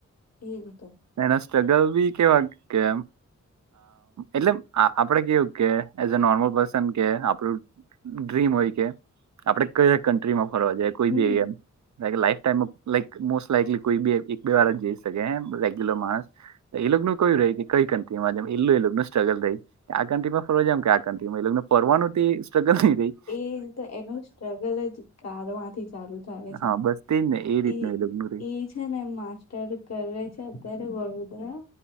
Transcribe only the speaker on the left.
એ તો
હમ
એ તો એનું સ્ટ્રગલ જ કારમાંથી ચાલુ થાય છે
એ
એ છે ને માસ્ટર કરે છે અત્યારે વડોદરા